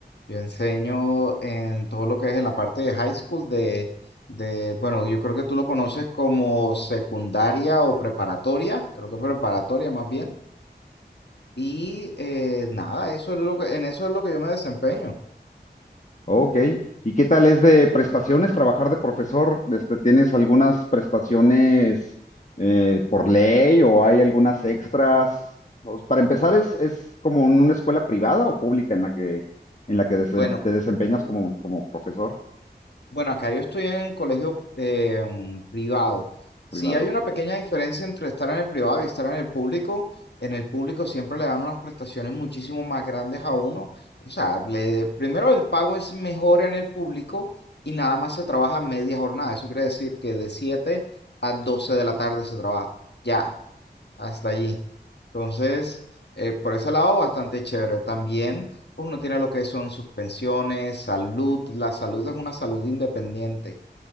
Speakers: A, on the left; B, on the left.
A: Yo enseño en todo lo que es en la parte de high school, de, de, bueno, yo creo que tú lo conoces como secundaria o preparatoria, creo que preparatoria más bien. Y eh, nada, eso es lo que, en eso es lo que yo me desempeño.
B: Ok, ¿y qué tal es de prestaciones trabajar de profesor? Este, ¿tienes algunas prestaciones eh, por ley o hay algunas extras? Pues, para empezar, ¿es, es como en una escuela privada o pública en la que, en la que desem-
A: Bueno,
B: te desempeñas como, como profesor
A: Bueno, acá yo estoy en colegio eh, mm, privado. Sí
B: privado?
A: hay una pequeña diferencia entre estar en el privado y estar en el público. En el público siempre le dan unas prestaciones muchísimo más grandes a uno. O sea, le- primero el pago es mejor en el público y nada más se trabaja media jornada. Eso quiere decir que de 7 a 12 de la tarde se trabaja. Ya hasta allí. Entonces, eh, por ese lado, bastante chévere. También, pues uno tiene lo que son sus pensiones salud. La salud es una salud independiente.